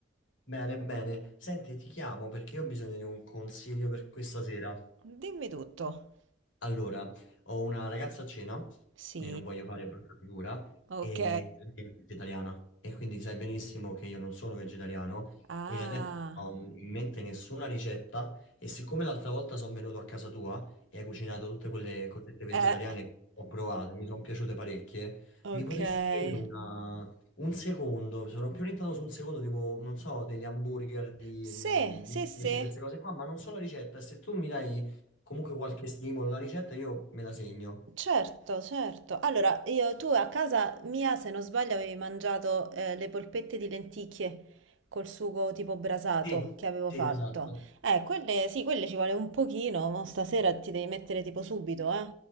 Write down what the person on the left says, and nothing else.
Bene, bene. Senti, ti chiamo perché io ho bisogno di un consiglio per questa sera.
Allora, ho una ragazza a cena
e non voglio fare brutta figura,
e lei è vegetariana e quindi sai benissimo che io non sono vegetariano
e adesso non ho in mente nessuna ricetta e siccome l'altra volta sono venuto a casa tua e hai cucinato tutte quelle cosette vegetariane
che ho provato e mi sono piaciute parecchie,
mi potresti dire una- un secondo, sono più orientato su un secondo, tipo, non so, degli hamburger di,
mm, di
10, queste cose qua, ma non so la ricetta, e se tu mi dai Comunque qualche stimolo, la ricetta io me la segno.
Sì,
sì,
esatto.